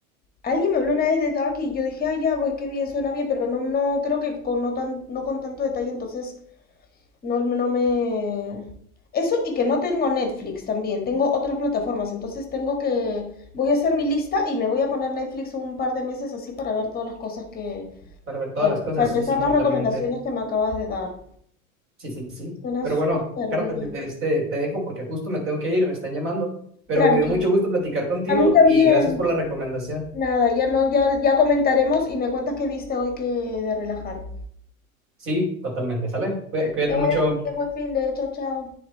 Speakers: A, on the left; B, on the right.
A: Alguien me habló una vez de Dark y yo dije, ah, ya, pues qué bien, suena bien, pero no, no, creo que con no tan, no con tanto detalle, entonces no, no me... Eso y que no tengo Netflix también, tengo otras plataformas, entonces tengo que... Voy a hacer mi lista y me voy a poner Netflix un par de meses así para ver todas las cosas que...
B: Para ver todas
A: Bueno,
B: las cosas,
A: para empezar
B: sí, sí,
A: las
B: totalmente,
A: recomendaciones que me acabas de dar.
B: sí, sí, sí.
A: Suena
B: Pero
A: súper
B: bueno, Carlos,
A: bien.
B: de- este, te dejo porque justo me tengo que ir, me están llamando, pero
A: Tranqui.
B: me dio mucho gusto platicar contigo
A: A mí también.
B: y gracias por la recomendación.
A: Nada, ya no, ya, ya comentaremos y me cuentas qué viste hoy que de relajar.
B: Sí, totalmente, ¿sale? Cuí- Cuídate
A: Que vaya
B: mucho.
A: muy bien, buen fin de, chao, chao.